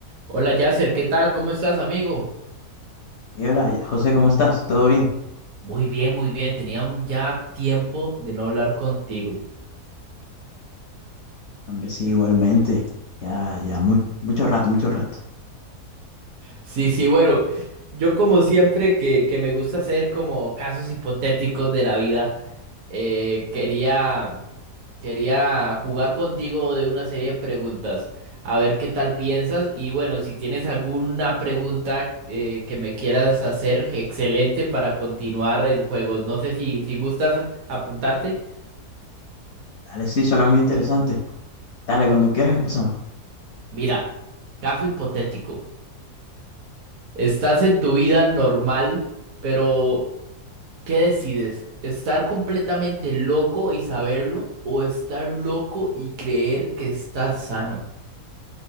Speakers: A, on the right; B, on the left.
A: Hola Yasser, ¿qué tal? ¿Cómo estás, amigo?
B: Y hola, José, ¿cómo estás? ¿Todo bien?
A: Muy bien, muy bien. Tenía un- ya tiempo de no hablar contigo.
B: Hombre, sí, igualmente. Ya, ya, mu- mucho rato, mucho rato.
A: Sí, sí, bueno, yo como siempre que, que me gusta hacer como casos hipotéticos de la vida, eh, quería, quería jugar contigo de una serie de preguntas, a ver qué tal piensas y bueno, si tienes alguna pregunta eh, que me quieras hacer, excelente para continuar el juego. No sé si, si gustas apuntarte.
B: Dale, sí, suena muy interesante. Dale, cuando quieras empezamos.
A: Mira, caso hipotético. Estás en tu vida normal, pero ¿qué decides? ¿Estar completamente loco y saberlo o estar loco y creer que estás sano?